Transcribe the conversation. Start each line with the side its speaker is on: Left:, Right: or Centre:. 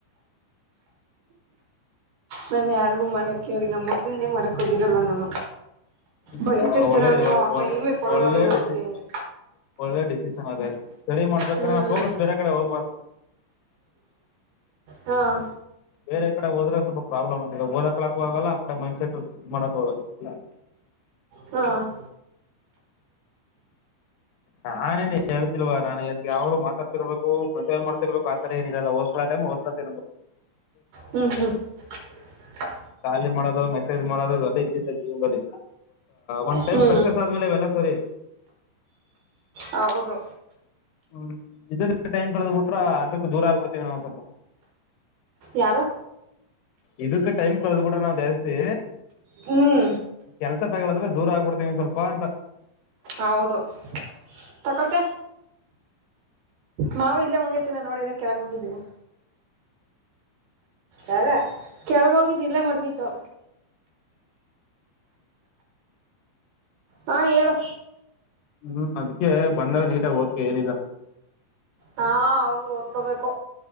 Right: ನಾನು ಯಾರಿಗೂ ಮಾಡೋಕ್ಕೆ ಹೋಗಿ ನಮ್ಮ ಹರ್ಗನಗೆ ಮಾಡೋಕ್ಕೆ ಹೋಗಿರಲ್ಲ ನಾನು...
Left: ಹ
Right: ಬೈತಿರ್ತಾನೆ
Left: ಯಾರ ಒಳ್ಳೆ
Right: ನನಗೆ ಆ ಟೈಮಿಗೆ ಕೊಡಲ್ಲ
Left: ಒಳ್ಳೆ
Right: ನೀನು
Left: ಡಸನ್
Right: ಹಂಗೆ ಹಿಂಗೆ
Left: ಒಳ್ಳೆ ಡೆಸಿಷನ್ ಅದತ... ಸ್ಟಡಿ ಮಾಡ್ಬೇಕ್ರ
Right: ಹ್ಮ್
Left: ನಾ ಫೋಕಸ್ ಬೇರೆ ಕಡೆ ಹೋಗ್ಬಾರ್ದು...
Right: ಹಾಂ
Left: ಬೇರೆ ಕಡೆ ಹೋದ್ರೆ ಸ್ವಲ್ಪ ಪ್ರಾಬ್ಲ್ ಆಗಿದೆ ಓದಕ್ಳಕ ಆಗಲ್ಲ ಅಡೆ ಮೈಂಡ್ ಸೆಟ್ ಇ ಮಾಡಕ್ ಹೋಗಲ್ಲ...
Right: ಹಾ <inaudible>
Left: ನಾನೇನ್ ಹೇಳ್ತಿಲ್ವಾ ನಾನ್ ಯಾವ್ರು ಮಾತಾಡ್ತಿರ್ಬೇಕು ಮಸೇನ್ ಮಾಡ್ತಿರ್ಬೇಕು ಆತರ ಏನ ಇಿಲ್ಲಲ್ಲ ಹೋದ್ಲಾ... ಹ್ತ <inaudible>
Right: ಹ್ಮ್ ಹ್ಮ್ <inaudible>
Left: ಖಾಲಿ ಮಾಡೋ ಮೆಸೇಜ್ ಮಾಡೋದು ಎಲ್ಲ ಇದ್ದಿದ್ದ ಜೀವನದಲ್ಲಿ. ಒನ್ ಟೈಮ್
Right: ಹ್ಞೂ
Left: ಸಕ್ಸಸ್ ಆದ್ಮೇಲೆ ಇವೆಲ್ಲ ಸರಿ.
Right: ಹೌದು.
Left: ಹ್ಮ್ ಇದಲ್ಲಿ ಟೈಮ್ ಕಳದ್ ಬಿಟ್ರ ಅದಕ್ಕ ದೂರ ಆಗ್ಬಿಡ್ತೇವಿ ನಾವು್ ಸ್ವಲ್ಪ...
Right: ಯಾರು
Left: ಇದಕ್ ಟೈಮ್ ಕೊಳದ ಬಿಡ್ರ ನಾವ್ ಜಸ್ತಿ
Right: ಹ್ಞೂ
Left: ಕೆಲ್ಸ ದೂರ ಆಗ್ಬಡ್ತೀನಿ ಸ್ವಲ್ಪ ಅಂತ
Right: ಹೌದು ತಕೋತ್ತೆ ಮಾವ ಇಲ್ಲೇ ಮಳ್ಗತೀನ ನೋಡಿದ ಕೆಳಗ ಹೋಗಿದ್ದೀನಿ ಯಗ ಕೆಳಗೋಗಿದ್ದಿಲ್ಲೇ ಮುಡ್ಗಿತ್ತುು ಹಾಂ ಹೇಳು
Left: ಹ್ಮ್ ಅದ್ಕ್ಕೆ ಬಂದಾಗ ನೀಟಾಗಿ ಓದಕ್ಕೆ ಏನಿಲ್ಲ
Right: ಹಾ ಹೌದು ಓದ್ಕೋಬೇಕು